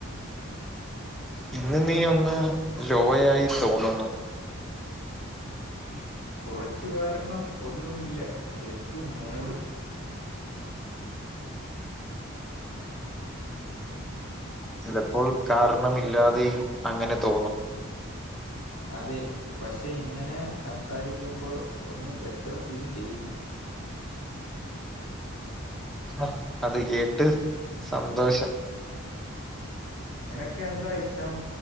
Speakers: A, in the centre; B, on the left (about 60°).
A: ഇന്ന് നീ ഒന്ന് ലോയായി തോന്നുന്നു.
B: കുറച്ചു കാര്ണം ഒന്നുമില്ല ജസ്റ്റ് മൂഡ്.
A: ചിലപ്പോൾ കാരണമില്ലാതെയും അങ്ങനെ തോന്നും
B: അതെ പക്ഷെ ഇങ്ങനെ സംസാരിക്കുമ്പോൾ ഒന്ന് ബെറ്റർ ഫീൽ ചെയ്യുന്നു.
A: അഹ്. അത് കേട്ട് സന്തോഷം.
B: നിനക്ക് എന്താ ഇഷ്ടം.